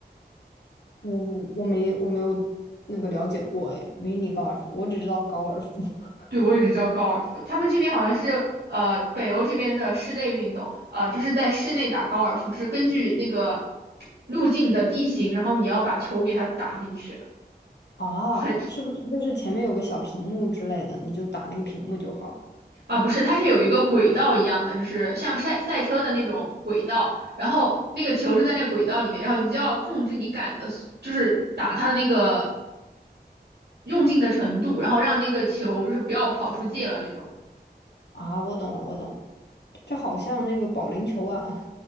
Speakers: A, on the left; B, on the right.
A: 我我没我没有那个了解过哎，迷你高尔夫，我只知道高尔夫 <laughs>
B: 对，我也只知道高尔夫，他们这边好像是呃北欧这边的室内运动，呃就是在室内打高尔夫，就是根据那个路径的地形，然后你要把球给它打进去，
A: 啊，
B: 很
A: 是不是就是前面有个小屏幕之类的，你就打那个屏幕就好了？
B: 啊不是，它是有一个轨道一样的，就是像赛赛车的那种轨道，然后那个球就在那个轨道里面，然后你就要控制你杆的速就是打它的那个用劲的程度，然后让那个球就是不要跑出界了那种
A: 啊，我懂了，我懂了，这好像那个保龄球啊，